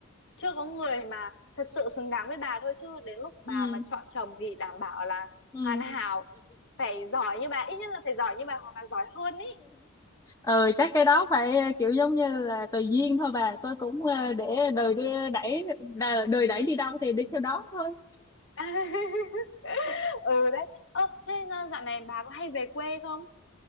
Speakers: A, on the left; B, on the left.
A: chưa có người mà thật sự xứng đáng với bà thôi chứ đến lúc
B: Ừ.
A: bà mà chọn chồng thì đảm bảo là
B: Ừ.
A: hoàn hảo phải giỏi như bà ít nhất là phải giỏi như bà hoặc là giỏi hơn ý
B: Ờ, chắc cái đó phải ờ, kiểu giống như là tùy duyên thôi bà. Tôi cũng ờ, để đời đưa đẩy đà- đời đẩy đi đâu thì đi theo đó thôi.
A: <laughs> ừ đấy ơ thế ờ, dạo này bà có hay về quê không